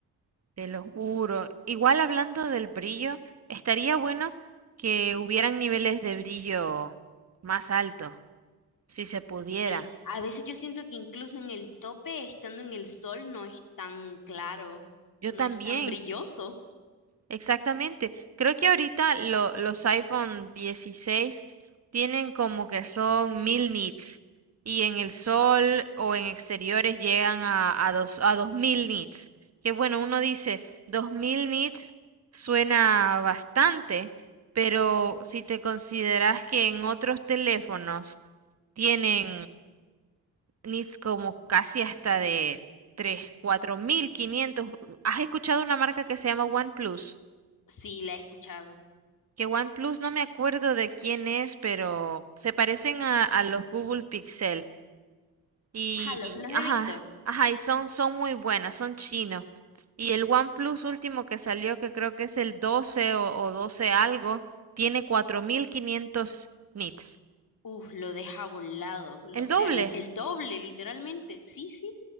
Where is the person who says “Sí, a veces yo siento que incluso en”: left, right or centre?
Left